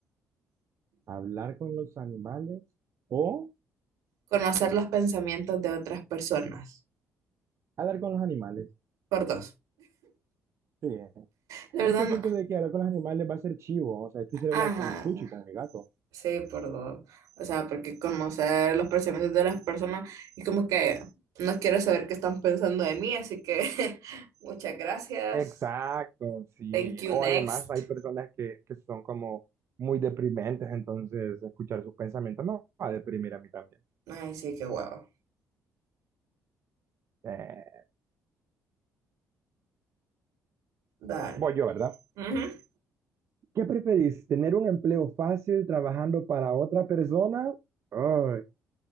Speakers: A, on the right; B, on the right.
A: hablar con los animales o
B: Conocer los pensamientos de otras personas.
A: hablar con los animales.
B: Por dos.
A: Sí,
B: De verdad,
A: es que
B: no-
A: siento de que hablar con los animales va a ser chivo. O sea, es quisiera
B: ajá.
A: hablar con mi chuchi, con mi gato.
B: Sí, por dos. O sea, porque conocer los pensamientos de las personas es como que no quiero saber qué están pensando de mí, así que <laughs> muchas gracias.
A: Exacto, sí.
B: Thank you,
A: O
B: next.
A: además hay personas que, que son como muy deprimentes, entonces escuchar sus pensamientos me va a deprimir a mí también.
B: Ay, sí, qué guau.
A: Eh,
B: Dale.
A: voy yo, ¿verdad?
B: Ujú.
A: ¿Qué preferís? ¿Tener un empleo fácil trabajando para otra persona? Ay,